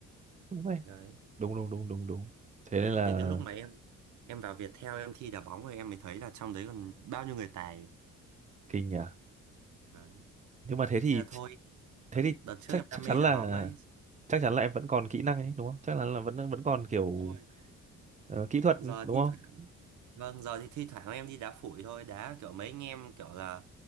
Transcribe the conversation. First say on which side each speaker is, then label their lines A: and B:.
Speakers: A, on the right; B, on the right.
A: ừ
B: đấy
A: đúng đúng đúng đúng đúng thế
B: đấy
A: nên là
B: đến cái lúc mà em em vào Viettel em thi đá bóng rồi em mới thấy là trong đấy còn bao nhiêu người tài
A: kinh nhỉ
B: đấy
A: nhưng mà thế thì
B: nên là thôi
A: thế thì
B: đợt trước
A: chắc
B: em đam
A: chắc chắn
B: mê đá
A: là
B: bóng ấy
A: chắc chắn là em vẫn còn kỹ năng ấy đúng không chắc chắn là vẫn vẫn còn kiểu
B: đúng rồi
A: ờ, kỹ thuật
B: giờ
A: đúng
B: thi
A: không
B: Vâng, giờ thì thi thoảng em đi đá phủi thôi, đá kiểu mấy anh em kiểu là